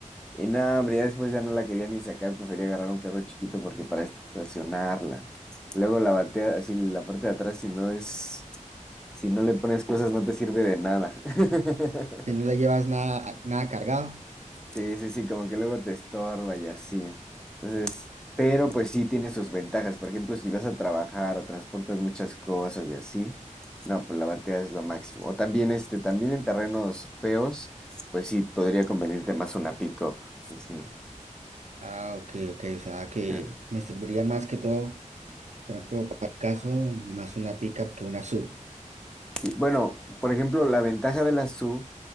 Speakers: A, in the centre; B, on the right.
A: y nada, hombre, ya después ya no la quería ni sacar, prefería agarrar un carro chiquito porque para estacionarla. Luego la batea, así la parte de atrás, si no es, si no le pones cosas, no te sirve de nada. <laughs>
B: Si no le llevas nada, nada cargado,
A: Sí, sí, sí, como que luego te estorba y así. Entonces, pero pues sí tiene sus ventajas. Por ejemplo, si vas a trabajar o transportas muchas cosas y así, no, pues la batea es lo máximo. O también este, también en terrenos feos, pues sí podría convenirte más una pick-up. Ujú.
B: ah, ok, ok, o sea que
A: Eh,
B: me serviría más que todo, por ejemplo, para el caso, más una pickup que una sub.
A: Sí, bueno, por ejemplo, la ventaja de la SUV